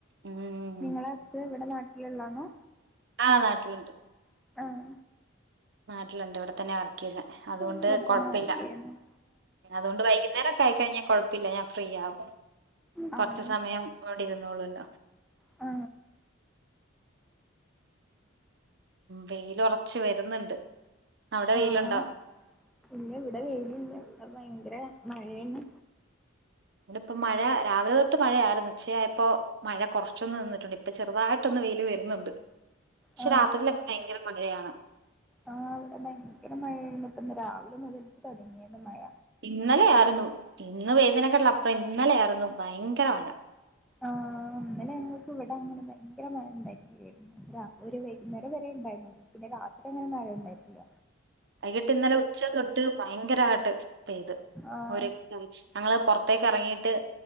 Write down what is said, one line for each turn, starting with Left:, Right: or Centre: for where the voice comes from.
Right: ഉം
Centre: നിങ്ങള ഹസ്സ് എവിടെ നാട്ടിലള്ളാണോ
Right: ആ് നാട്ടിലുണ്ട്
Centre: ആഹ
Right: നാട്ടിലുണ്ട് ഇവിടെ തന്നെ വർക്ക് ചെയ്യുന്ന അതുകൊണ്ട്
Centre: ഇവിടെ
Right: കൊഴപ്പില്ല
Centre: തന്നെ വർക്ക് ചെയ്യുന്നത്
Right: അതുകൊണ്ട് വൈകുന്നേരൊക്കെ ആയി കഴിഞ്ഞാൽ കുഴപ്പില്ല ഞാൻ ഫ്രീ ആകും
Centre: ആ
Right: കുറച്ചു
Centre: ആ
Right: സമയം ഓടിന്നള്ളൂല്ലോ
Centre: ആ
Right: വെയില ഉളച്ച് വരുന്നുണ്ട് അവിടെ
Centre: ആഹ്
Right: വെയിലുണ്ടോ
Centre: ഇല്ല ഇവിടെ വെയിലില്ല ഭയങ്കര മഴയാണ്
Right: ഇ ഇപ്പ മഴ രാവിലെ തൊട്ട് മഴയായിരുന്നു ഉച്ചയായപ്പോ മഴ കുറച്ചൊന്ന് നിന്നിട്ടുണ്ട് ഇപ്പൊ ചെറുതായിട്ട് വെയില് വരുന്നുണ്ട് പക്ഷെ
Centre: ആ
Right: രാത്രിയിലൊക്കെ ഭയങ്കര മഴയാണ്
Centre: ആഹ അവിടെ ഭയങ്കര മഴയ ഇപ്പ രാവിലെ മുതൽ തുടങ്ങിയന്ന് മഴ
Right: ഇന്നലെയ ആായിരുന്നു ഇന്ന് വേദനക്കെട്ടള്ള അപ്പുറം ഇന്നലെയ ആായിരുന്നു ഭയങ്കര മഴ
Centre: ആ അന്നലെ ഞങ്ങൾക്ക് ഇവിടെ അങ്ങനെ ഭയങ്കര മഴ ഉണ്ടട്ടരുന്നു വൈകുന്നേരം വരെ ഉണ്ടായി പിന്നെ രാത്രി അങ്ങനെ മഴ ഉണ്ടായിില്ല
Right: വൈകിട്ട് ഇന്നലെ ഉച്ച തൊട്ട് ഭയങ്കരമായിട്ട് പെയ്ത്
Centre: ആ
Right: ഒരു എക്സ ഞങ്ങള്ൾ പുൊറത്തേക്ക് ഇറങ്ങീട്ട്